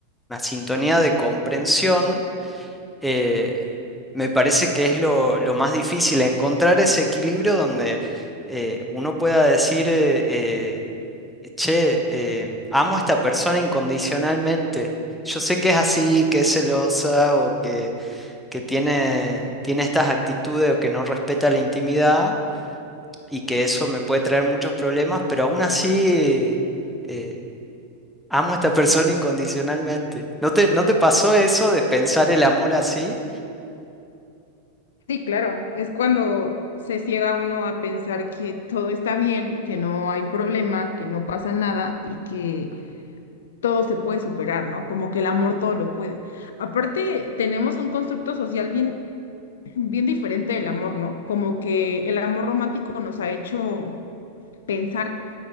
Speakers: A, in the centre; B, on the left (about 60°).
A: una sintonía de comprensión eh, me parece que es lo, lo más difícil, encontrar ese equilibrio donde eh, uno pueda decir, eh, eh, che, eh, amo a esta persona incondicionalmente. Yo sé que es así, que es celosa o que, que tiene, tiene estas actitudes o que no respeta la intimidad y que eso me puede traer muchos problemas, pero aún así eh, amo a esta persona incondicionalmente. ¿No te, no te pasó eso de pensar el amor así?
B: Sí, claro, es cuando se ciega uno a pensar que todo está bien, que no hay problema, que no pasa nada y que todo se puede superar, ¿no? Como que el amor todo lo puede. Aparte, tenemos un constructo social bien bien diferente del amor, ¿no? Como que el amor romántico nos ha hecho pensar